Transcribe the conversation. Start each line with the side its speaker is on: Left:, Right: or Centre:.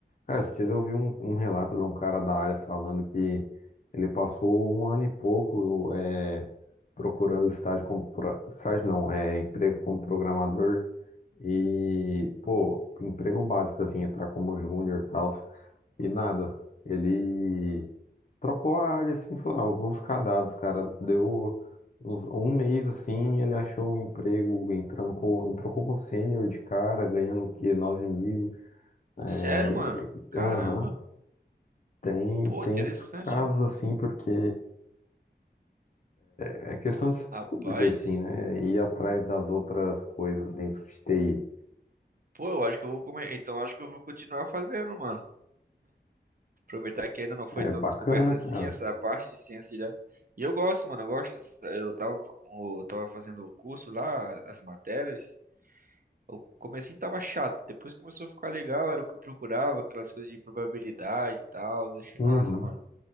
Left: cara, esses dias eu vi um, um relato de um cara da área falando que ele passou um ano e pouco é, procurando estágio como. pro- Estágio não, é emprego como programador. E, pô, emprego básico, assim, entrar como júnior e tal, e nada. Ele trocou a área, assim, falou, ah, eu vou ficar dados, cara. Deu uns, um mês, assim, ele achou um emprego, entrando com, entrou como sênior de cara, ganhando o quê? 9 mil. É,
Right: sério, mano? Caramba.
Left: aham. Tem,
Right: Pô,
Left: tem
Right: interessante.
Left: esses casos,
Right: hein?
Left: assim, porque é questão de se descobrir,
Right: Rapaz.
Left: assim, né? Ir atrás das outras coisas dentro de TI.
Right: Pô, eu acho que eu vou comer. Então, acho que eu vou continuar fazendo, mano. Aproveitar que ainda não foi
Left: É
Right: tão
Left: bacana,
Right: descoberta
Left: cara.
Right: assim essa parte de ciência de dados. E eu gosto, mano. Eu gosto. dessa- Eu tava, fa- eu tava fazendo o curso lá, as matérias. O comecinho tava chato, depois começou a ficar legal, era o que eu procurava, aquelas coisas de probabilidade e tal. Eu achei
Left: Uhum.
Right: massa, mano.